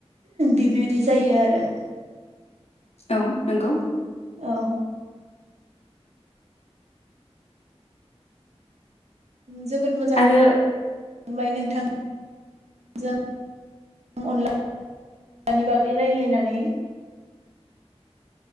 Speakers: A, on the right; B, on the left.
A: बिबायदि जायो आरो।
B: औ नंगौ।
A: औ। जोबोद मोजां
B: आरो
A: मो मोनबाय नोंथांजों अनलानि बागै रायज्लायनानै